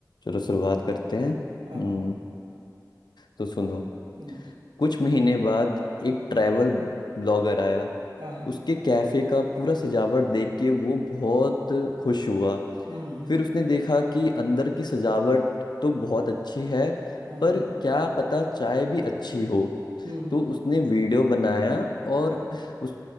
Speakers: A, on the left; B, on the right.
A: चलो शुरुआत करते हैं हम्म
B: हाँ हाँ
A: तो सुनो
B: हम्म
A: कुछ महीने बाद एक ट्रैवल ब्लॉगर आया
B: हाँ हाँ
A: उसके कैफे का पूरा सजावट देख के वो बहुत खुश हुआ
B: हम्म हम्म
A: फिर उसने देखा कि अंदर की सजावट तो बहुत अच्छी है
B: हाँ
A: पर
B: हाँ
A: क्या पता चाय भी अच्छी हो
B: हम्म हम्म,
A: तो उसने
B: हम्म,
A: वीडियो बनाया और
B: हाँ
A: उस